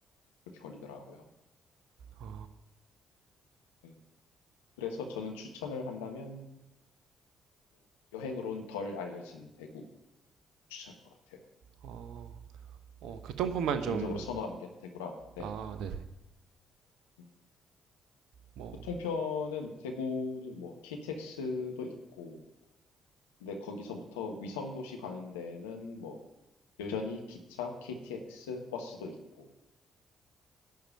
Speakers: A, on the left; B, on the right.
A: 그렇게 걸리더라고요.
B: 어,
A: 네. 그래서 저는 추천을 한다면 여행으로는 덜 알려진 대구 추천할 것 같아요.
B: 어, 어, 교통편만
A: 개인적으로
B: 좀,
A: 선호하는 게 대구라. 네네.
B: 아, 네네.
A: 음.
B: 뭐,
A: 교통편은 대구는 뭐 KTX도 있고, 근데 거기서부터 위성도시 가는 데는 뭐 여전히 기차, KTX, 버스도 있고,